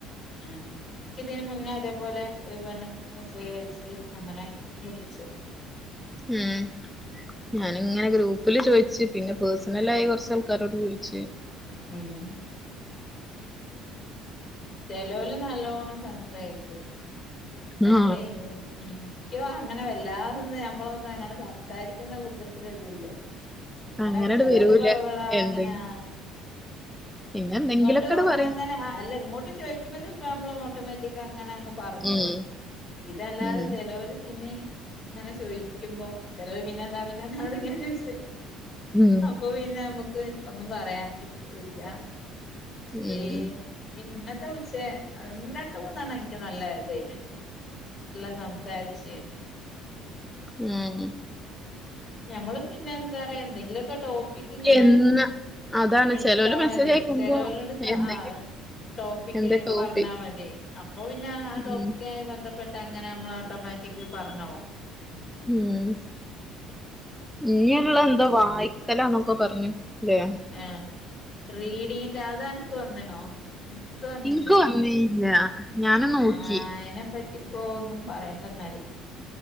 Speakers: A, on the left; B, in the centre.
A: ആഹ് ഇക്കിതിന് മുന്നേ അതേപോലെ ഒരു പെണ്ണ് മെസേജയച്ച് അങ്ങനെ വിളിച്ച്
B: ഉം ഞാനിങ്ങനെ ഗ്രൂപ്പില് ചോയിച്ച് പിന്നെ പേഴ്സണലായി കൊറച്ചാൾക്കാരോട് ചോയിച്ച്
A: ഉം ചെലോൽ നല്ലോണം സംസാരിക്കും മറ്റേ
B: ആ
A: ഉം ഇ ക്കിം അങ്ങനെ വല്ലാതൊന്ന് നഞമ്മളൊന്ന് അങ്ങനെ സംസാരിക്കുന്ന കൂട്ട ലല്ലല്ലോ അങ്ങനെ
B: അങ്ങനട്
A: ചെലോല്
B: വരൂല
A: വളവള
B: എന്തെ
A: അങ്ങനെയാ
B: പിന്നെ എന്തെങ്കിലൊക്കെട്
A: ഇങ്ങോട്ടും
B: പറയും
A: അങ്ങ അല്ല ഇങ്ങോട്ട് ചോയിക്കുമ്പോ ചെലപ്പോ നമ്മള ഓട്ടോമാറ്റിക് അങ്ങനെ അങ്ങ് പറഞ്ഞോവും
B: ഉം
A: ഇതെല്ലതെ
B: ഉം
A: ചെലോര് പിന്നി ഇങ്ങനെ ചോയിക്കുമ്പോ ചെലവര് പിന്നെ എന്താ പിന്നെങ്ങാ ചോദിച്ചത്
B: ഉം
A: അപ്പൊ പിന്നെ നമക്ക് ഒന്നും പറയാൻ കിട്ടല്ല
B: ഉം
A: ഈ ഈ മന്നത്തെ വിളിച്ചേ രണ്ട് മൂന്നെണ്ണം എനിക്ക് നല്ല ഇതേന് നല്ലാം സംസാര്ച്ച്
B: ഉം
A: ഞമ്മള് പിന്നെ എന്താറയാ എന്തെങ്കിലൊക്കെ ടോപ്പിക് ഇങ്ങനെ
B: എന്ന് അതാണ്
A: എടുത്താ
B: ചെലോല് മെസ്സേജ്
A: മതി
B: അയക്കുമ്പോ
A: ചെലൊരോട് സ
B: എന്തെങ്കിലും
A: ആഹ് ടോപ്പിക്ക്
B: എന്താ ടോപ്പിക്
A: പറഞ്ഞാ മതി അപ്പൊ പിന്നെ ആ
B: ഉം
A: ടോപ്പിക്കായി ബന്ധപ്പെട്ട് അങ്ങനെ നമ്മൾ ഓട്ടോമാറ്റിക് പറഞ്ഞോ
B: ഉം ഇഞുള്ള എന്താ വായിക്കലന്നൊക്കെ പറഞ്ഞഞ്ല്ലേ
A: ആഹ് റീഡിങ്ങിന്റെ അതനക്ക് വന്നിണോ വന്നില്ല
B: ഇൻക്ക് വന്നീല്ല ഞാന്
A: ആഹ്
B: നോക്കി
A: അയിനെപറ്റി ഇപ്പോ ഒന്നും പറയണ്ടന്നാല്